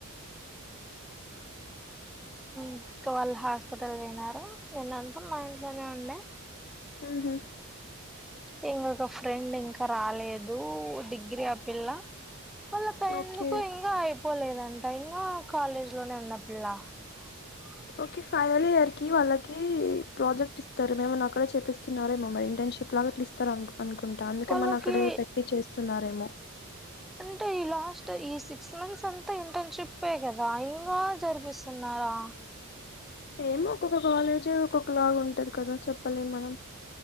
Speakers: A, in the centre; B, on the left.
A: ఇంక వాళ్ళ హాస్పిటల్ పోయినారు నిన్న అంతా మా ఇంట్లోనే ఉండే
B: ఉహు
A: ఇంగోక ఫ్రెండ్ ఇంకా రాలేదు డిగ్రీ ఆ పిల్ల వాళ్ళక ఎందుకు
B: ఓకే
A: ఇంగా అయిపోలేదంట ఇంకా కాలేజ్ లోనే ఉన్న పిల్ల ఆ
B: ఓకే ఫైనల్ ఇయర్ కి వాళ్ళకి ప్రాజెక్ట్ ఇస్తారు మేమం నక్కడే చెప్పస్తున్నారేమో ఇంటర్న్షిప్ లో ప్రాజెక్ట్ లు ఇస్తారు అన్ అనుకుంటా అందుకే
A: వాళ్ళకి
B: మని అక్కడే పెట్టి చేస్తున్నారేమో
A: అంటే ఈ లాస్ట్ ఈ సిక్స్ మంత్స్ అంతా ఇంటర్న్షిప్ కదా ఇంగా జరిపిస్ ఆరా
B: ఎమో ఒక్కొక్క కాలేజీ ఒక్కొక్క లాగా ఉంటది కదా చెప్పలేం మనం